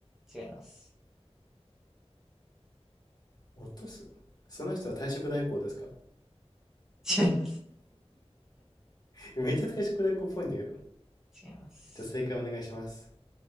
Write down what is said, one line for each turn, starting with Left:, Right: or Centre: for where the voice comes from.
Centre: 違います。
Left: 落とすその人は退職代行ですか
Centre: 違います。
Left: <laughs> めっちゃ退職代行っぽいんだけど。
Centre: 違います。
Left: じゃあ正解お願いします。